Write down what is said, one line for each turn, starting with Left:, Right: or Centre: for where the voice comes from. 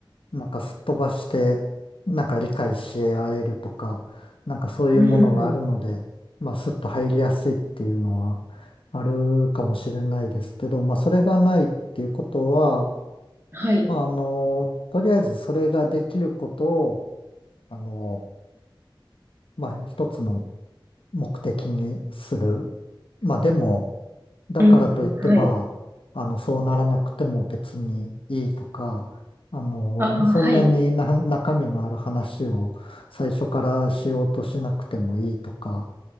Left: なんかすっ飛ばして、なんか理解し合えるとか、なんかそういうものがあるので、
Right: うん、
Left: まあすっと入りやすいっていうのはあるかもしれないですけど、まあそれがないっていうことは、
Right: はい、
Left: まああの、とりあえずそれができることを、あの、まあ一つの目的にする。まあでも、だからといって、
Right: うん、うん、はい。
Left: まあ、あの、そうならなくても別にいいとか、あの、
Right: ああ、
Left: そんなにな中身のある話を最初からしようとしなくてもいいとか、
Right: はい。